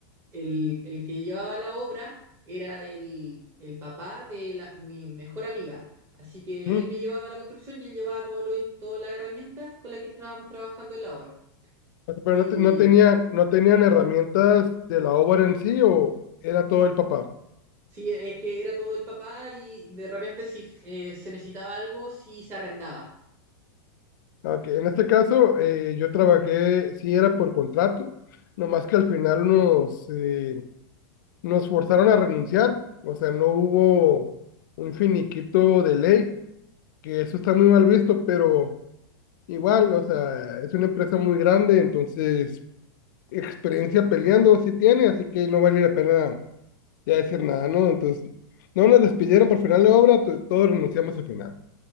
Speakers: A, on the right (about 20°); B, on the left (about 60°).
A: el, el que llevaba la obra era el, el papá de la- mi mejor amiga. Así que
B: Mm.
A: él me llevaba a la construcción y él llevaba todo lo- todas las herramientas con las que estábamos trabajando en la obra.
B: O sea, Pero
A: Y
B: no, te- no tenía, no tenían herramientas de la obra en sí o era todo el papá.
A: sí, es que era todo el papá y de repente si eh, se necesitaba algo, si se arrendaba.
B: Aunque en este caso eh, yo trabajé, sí era por contrato, nomás que al final nos, eh, nos forzaron a renunciar. O sea, no hubo un finiquito de ley, que eso está muy mal visto, pero igual, o sea, es una empresa muy grande, entonces experiencia peleando sí tiene, así que no vale la pena ya decir nada, ¿no? Entonces, no nos despidieron por final de obra, to- todos renunciamos al final.